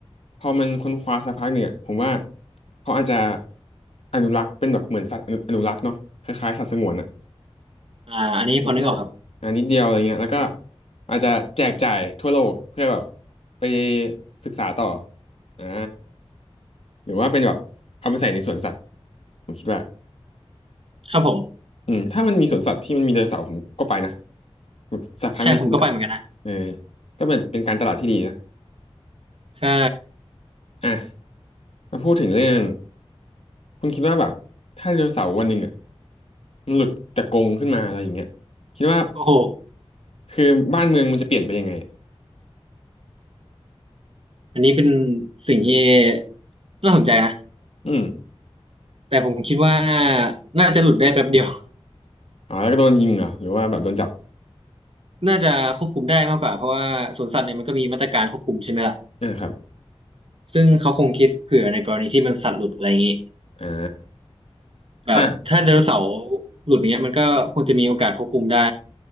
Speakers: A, on the left; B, on the right.
A: พอมันค้นคว้าสักพักเนี่ยผมว่าเขาอาจจะอนุรักษ์เป็นแบบเหมือนสัตว์อนุรักษ์เนาะคล้ายๆสัตว์สงวนอะ
B: อ่าอันนี้พอนึกออกครับ
A: มีแค่แบบอ่านิดเดียวอะไรเงี้ยแล้วก็อาจจะแจกจ่ายทั่วโลกเพื่อแบบไปศึกษาต่ออ่าหรือว่าเป็นแบบเอาไปใส่ในสวนสัตว์ผมคิดว่า
B: ครับผม
A: อืมถ้ามันมีสวนสัตว์ที่มันมีไดโนเสาร์ผมก็ไปนะแบบสักครั้งในชีวิตอะ
B: ใช่ผมก็ไปเหมือนกันนะ
A: เออก็เป็นเป็นการตลาดที่ดีนะ
B: ใช่
A: อ่ะมาพูดถึงเรื่องคุณคิดว่าแบบถ้าไดโนเสาร์วันหนึ่งอ่ะมันหลุดจากกรงขึ้นมาอะไรอย่างเงี้ยคิดว่า
B: โอ้โห
A: คือบ้านเมืองมันจะเปลี่ยนไปยังไงอะ
B: อันนี้เป็นสิ่งที่น่าสนใจนะ
A: อืม
B: แต่ผมคิดว่าน่าจะหลุดได้แป๊บเดียว
A: อ๋อแล้วก็โดนยิงเหรอหรือว่าแบบโดนจับ
B: น่าจะควบคุมได้มากกว่าเพราะว่าสวนสัตว์เนี่ยมันก็มีมาตรการควบคุมใช่ไหมล่ะ
A: นะครับ
B: ซึ่งเขาคงคิดเผื่อในกรณีที่มันสัตว์หลุดอะไรอย่างนี้
A: อ่า
B: แบบถ้าไดโนเสาร์
A: อ่า
B: หลุดอย่างเงี้ยมันก็คงจะมีโอกาสควบคุมได้